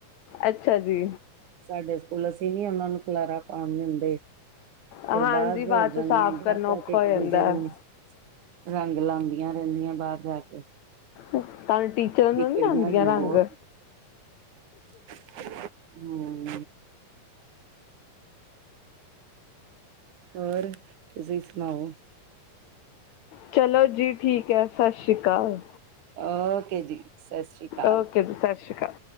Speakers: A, on the left (about 65°); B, on the right (about 65°).
A: ਅੱਛਾ ਜੀ।
B: ਸਾਡੇ ਸਕੂਲ ਅਸੀਂ ਨੀ ਉਹਨਾਂ ਨੂੰ ਖਲਾਰਾ ਪਾਉਣ ਦਿੰਦੇ ਫਿਰ
A: ਹਾਂਜੀ
B: ਬਾਹਰ
A: ਬਾਅਦ
B: ਦੌੜ
A: ਚੋਂ
B: ਜਾਂਦੇ
A: ਸਾਫ਼
B: ਆ
A: ਕਰਨਾ
B: ਬਾਹਰ
A: ਔਖਾ
B: ਜਾ ਕੇ ਇੱਕ
A: ਹੋ ਜਾਂਦਾ
B: ਦੂਜੇ
A: ਹੈ
B: ਨੂੰ ਰੰਗ ਲਾਂਦੀਆਂ ਰਹਿੰਦੀਆਂ ਬਾਹਰ ਜਾ ਕੇ।
A: ਤੁਹਾਨੂੰ ਟੀਚਰਾਂ ਨੂੰ
B: ਵਿਗੜੀਆਂ
A: ਨੀ ਲਾਂਦੀਆਂ
B: ਹੋਈਆਂ
A: ਰੰਗ।
B: ਬਹੁਤ <inaudible> ਹੂੰ। ਹੋਰ ਤੁਸੀਂ ਸੁਣਾਓ?
A: ਚਲੋ ਜੀ ਠੀਕ ਐ ਸਤਿ ਸ਼੍ਰੀ ਕਾਲ।
B: ਓਕੇ ਜੀ। ਸਤਿ ਸ੍ਰੀ ਅਕਾਲ
A: ਓਕੇ ਜੀ ਸ਼ਾਸੀ ਸ਼੍ਰੀ ਕਾਲ।